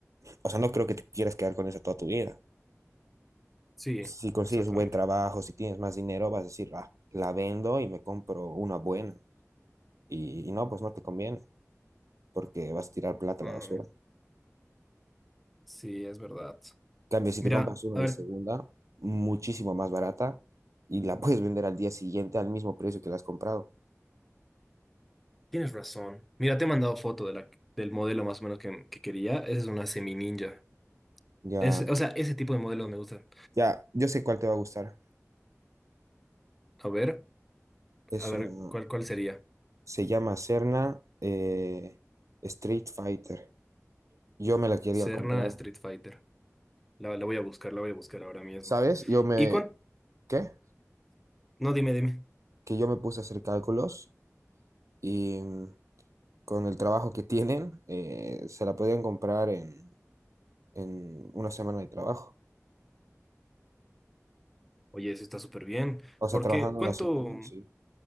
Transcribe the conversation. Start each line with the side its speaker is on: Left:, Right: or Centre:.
Right: o sea, no creo que te quieras quedar con esa toda tu vida.
Centre: sí,
Right: Si consigues
Centre: exactamente.
Right: buen trabajo, si tienes más dinero, vas a decir, ah, la vendo y me compro una buena. Y, y no, pues no te conviene, porque vas a tirar plata
Centre: Ah,
Right: a la basura.
Centre: sí, es verdad.
Right: En cambio, si
Centre: Mira,
Right: te compras una
Centre: a
Right: de
Centre: ver,
Right: segunda, muchísimo más barata, y la <laughs> puedes vender al día siguiente al mismo precio que la has comprado.
Centre: tienes razón. Mira, te he mandado foto de la, del modelo más o menos que, que quería. Esa es una semi ninja.
Right: Ya,
Centre: Es, o sea, ese tipo de modelos me gustan.
Right: ya, yo sé cuál te va a gustar.
Centre: A ver,
Right: Es
Centre: a ver,
Right: una,
Centre: ¿cuál, cuál sería?
Right: se llama Serna eh, Street Fighter. Yo me la quería
Centre: Serna
Right: comprar.
Centre: Street Fighter. La, la voy a buscar, la voy a buscar ahora mismo.
Right: ¿Sabes? Yo me,
Centre: ¿Y cuánto?
Right: ¿qué?
Centre: no, dime, dime.
Right: Que yo me puse a hacer cálculos y mm, con el trabajo que tienen, eh, se la podían comprar en, en una semana de trabajo.
Centre: Oye, eso está súper bien.
Right: O sea,
Centre: ¿Por
Right: trabajando
Centre: qué? ¿Cuánto?
Right: una semana, sí.